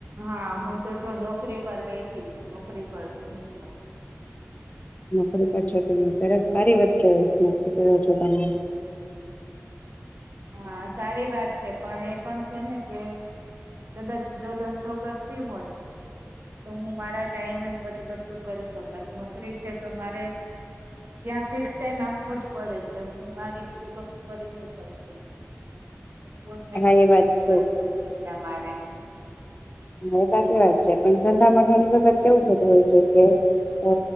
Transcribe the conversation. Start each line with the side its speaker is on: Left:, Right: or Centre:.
Right: હા હું તો જો નોકરી પર બેઠી છું, નોકરી પર છું હું તો.
Left: નોકરી પર છો તમે, ત્યારે સારી વાત કે નોકરી કર છો તમે.
Right: હા સારી વાત છે પણ એ પણ છે ને કે કદાચ જો ધંધો કરતી હોત તો હું મારા ટાઈમે હું બધી વસ્તુ કરી શકત, નોકરી છે તો મારે ત્યાં ફિક્સ ટાઈમ આવવો જ પડે છે. હું મારી રીતે કશું કરી નહી શક તી. ને બઉ જ મહેનત
Left: હા એ વાત
Right: કરવી
Left: છે
Right: પડતી હોય છે ત્યાં મારે.
Left: હા સાચી વાત છે. પણ ધંધા માં ઘણી વખત કેવું થતું હોય છે કે તો